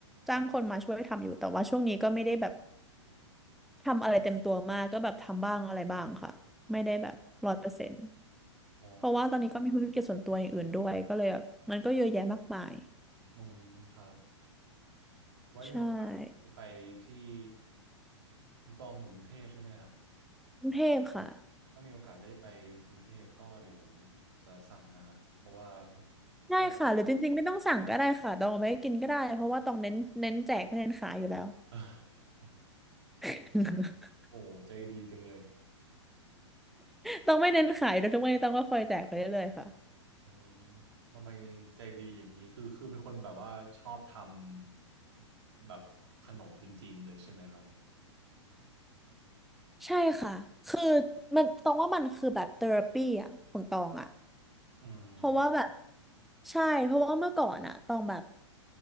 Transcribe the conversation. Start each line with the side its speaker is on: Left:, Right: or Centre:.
Centre: จ้างคนมาช่วยทำอยู่แต่ว่าช่วงนี้ก็ไม่ได้แบบ ทำอะไรเต็มตัวมากก็แบบทำบ้างอะไรบ้างค่ะไม่ได้แบบร้อยเปอร์เซ็นต์
Right: อ๋ออ๋อ
Centre: เพราะว่าตอนนี้ก็มีธุรกิจส่วนตัวอย่างอื่นด้วยก็เลยแบบมันก็เยอะแยะมากมาย
Right: อืมครับไว้มีโอกาสไปที่
Centre: ใช่
Right: คุณตองอยู่กรุงเทพใช่ไหมฮะ
Centre: กรุงเทพค่ะ
Right: ถ้ามีโอกาสได้ไปกรุงเทพก็เดี๋ยวจะสั่งนะครับเพราะว่า
Centre: ได้ค่ะหรือจริงๆไม่ต้องสั่งก็ได้ค่ะตองเอาไม่กินก็ได้เพราะว่าตองเน้นเน้นแจกไม่เน้นขายอยู่แล้ว
Right: ก็ <laughs>
Centre: <laughs>
Right: โอ้ใจดีจังเลย
Centre: ตองไม่เน้นขายโดยทุกวันนี้ตองก็คอยแจกไปเรื่อยๆค่ะ
Right: อืมทำไมใจดีอย่างนี้คือคือเป็นคนแบบว่าชอบทำแบบขนมจริงๆเลยใช่ไหมครับ
Centre: ใช่ค่ะคือมันตองว่ามันคือแบบเทอราปีอ่ะของตองอ่ะ
Right: อืม
Centre: เพราะว่าแบบใช่เพราะว่าเมื่อก่อนอ่ะตองแบบ